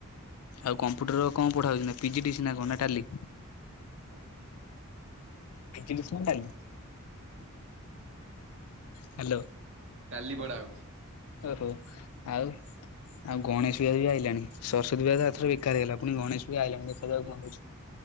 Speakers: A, on the left; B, on the right.
A: ଆଉ କମ୍ପ୍ୟୁଟର କଣ ପଢା ହଉଚି ନା ପି ଜି ଡି ସି ସିନା କଣ ନା Tally?
B: Tally Tally.
A: P G D C ନା ଟାଲି?
B: ଟାଲି।
A: ହ୍ୟାଲୋ।
B: ଟାଲି ପଢ଼ା ହଉଚି।
A: ଓହୋ ଆଉ ଆଉ ଗଣେଶ
B: ହଁ
A: ବି ଆଇଲାଣି ସରସ୍ୱତୀ ପୂଜା ତ
B: ହଁ
A: ଆରଥର ବେକାର ହେଇଗଲା ପୁଣି ଗଣେଶ ବି ଆଇଲାଣି ଦେଖାଯାଉ କଣ ହଉଚି।